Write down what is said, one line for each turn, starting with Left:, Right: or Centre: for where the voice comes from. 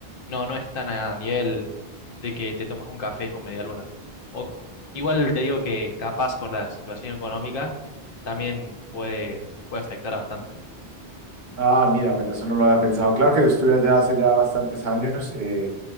Left: no, no es tan a nivel de que te tomas un café con medialunas. O igual te digo que capaz por la situación económica también puede, puede afectar bastante.
Right: Ah, mira, bueno, eso no lo había pensado. Claro que yo estuve allá hace ya bastantes años, eh,